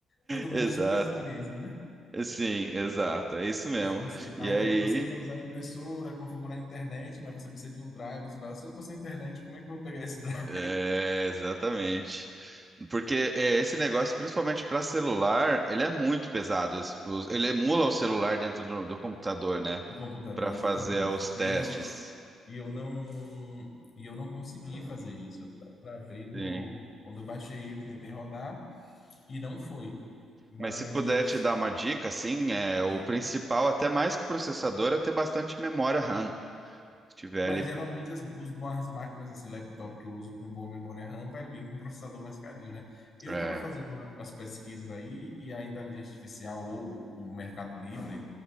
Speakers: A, on the left; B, on the right.
A: Todo mundo
B: exato.
A: acho que tem essa experiência, né?
B: Sim, exato. É isso mesmo.
A: Aí você,
B: E
A: aí
B: aí,
A: você quer usar a impressora, configurar a internet, mas você precisa de um drive. Você fala, se eu estou sem internet, como é que eu vou pegar esse drive
B: é, exatamente. Porque é, esse negócio, principalmente para celular, ele é muito pesado. Os- os- Ele emula o celular dentro do, do computador, né?
A: no computador?
B: Para fazer
A: Exatamente.
B: os testes.
A: E eu não, e eu não, e eu não consegui fazer isso. Eu tra- travei no,
B: Sim.
A: quando eu baixei ele, tentei rodar e não foi. Mas,
B: Mas se puder te dar uma dica, assim, é,
A: diga.
B: o principal, até mais que processador, é ter bastante memória RAM. Se tiver
A: Mas
B: ali.
A: geralmente as, os boas máquinas, assim, laptop que eu uso com boa memória RAM, vai vir com um processador mais carinho, né? Eu
B: é,
A: estava fazendo uma- umas pesquisas aí e a inteligência artificial ou o Mercado Livre